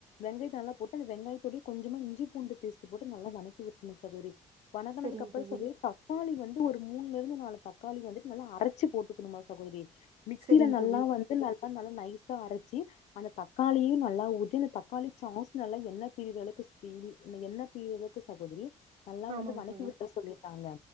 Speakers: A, on the left (about 65°); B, on the right (about 50°).
A: வெங்காயத்த நல்லா போட்டு அந்த வெங்காயத்தோட கொஞ்சமா இஞ்சி பூண்டு பேஸ்டு போட்டு நல்லா வதக்கி விடணும் சகோதிரி வணங்கனதுக்
B: சரிங்
A: <unintelligible>
B: தோழி
A: <unintelligible> ஒரு மூனிலிருந்து நாலு தக்காளி வந்து நல்லா அரைச்சு போட்டுக்கணுமா சகோதிரி மிக்சில
B: சரிங்
A: நல்லா
B: தோழி
A: வந்து க்காளி நல்லா நைஸா அரைச்சி அந்த தக்காளியு நல்லா ஊத்தி அந்த தக்காளி ச்சாஸ் நல்லா எண்ணெ பிரிற அளவுக்கு <unintelligible> இந்த எண்ணெ பிரிற அளவுக்கு சகோதரி நல்லா
B: ஆமாங்
A: வந்து வதக்
B: தோழி
A: <unintelligible> சொல்லிருக்காங்க